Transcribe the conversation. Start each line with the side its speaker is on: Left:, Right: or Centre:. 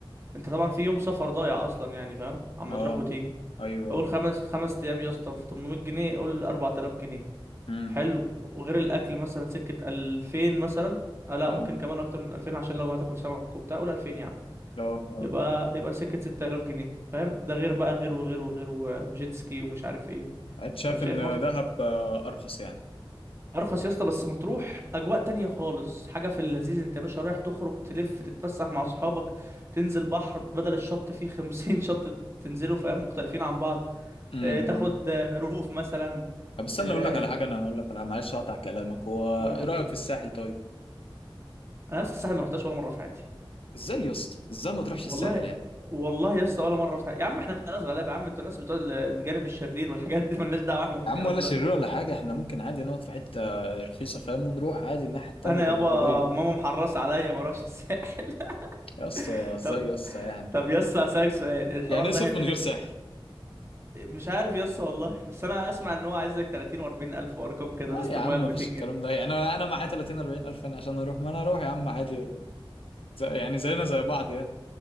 Right: انت طبعا في يوم سفر ضايع اصلا يعني فاهم عما
Left: اه
Right: تروح وتيجي
Left: ايوه
Right: قول خمس خمس ايام يا اسطى في 800 جنيه قول 4000 جنيه
Left: امم
Right: حلو وغير الاكل مثلا سكه 2000 مثلا آه لا
Left: لا
Right: ممكن كمان اكتر من 2000 عشان لو هتاكل سمك وبتاع قول 2000 يا عم
Left: اه اه
Right: يبقى يبقى سكه 6000 جنيه فاهم ده غير بقى غير وغير وغير و- وجيت سكي ومش عارف ايه
Left: انت شايف
Right: فانا شايف
Left: ان
Right: مرس...
Left: دهب آه، ارخص يعني
Right: ارخص يا اسطى بس مطروح اجواء تانية خالص حاجه في اللذيذ انت يا باشا رايح تخرج تلف تتفسح مع اصحابك تنزل بحر بدل الشط فيه 50 <laughs> شط تنزلوا فاهم مختلفين عن بعض
Left: امم
Right: آه، تاخد
Left: أمم.
Right: آه، روف مثلا
Left: طب استنى
Right: ت-
Left: اقول لك على حاجه انا اقول لك على معلش اقطع كلامك هو
Right: تقول يا حبيب
Left: ايه رايك
Right: قلبي
Left: في الساحل طيب
Right: انا لسه الساحل ما رحتش ولا مره في حياتي
Left: ازاي يا اسطى ازاي ما تروحش
Right: والله
Left: الساحل يعني
Right: والله لسه ولا مره في حياتي يا عم احنا ناس غلابه يا عم انتوا ناس بتوع ال- الجانب الشرير والحاجات دي مالناش دعوه احنا بالكلام
Left: يا عم ولا
Right: ده
Left: شرير ولا حاجه احنا ممكن عادي نقعد في حته رخيصه فاهم ونروح عادي الناحيه التانيه
Right: انا
Left: بالعربيه
Right: يابا ماما محرصه عليا ما اروحش الساحل
Left: يا اسطى
Right: <laughs>
Left: ازاي
Right: طب
Left: يا اسطى يعني
Right: طب يسا هسألك سؤال الحوار
Left: يعني
Right: ده
Left: اسف
Right: هيفيدك
Left: من غير ساحل
Right: مش عارف يسا والله بس انا اسمع ان هو عايز لك 30 و40 الف وارقام كده
Left: لا
Right: وازازه
Left: يا
Right: الميه
Left: عم
Right: ب
Left: مفيش
Right: 200
Left: الكلام
Right: جنيه
Left: ده يعني انا انا معايا 30 40 الف يعني عشان اروح ما انا اروح يا عم عادي زي يعني زينا زي بعض يعني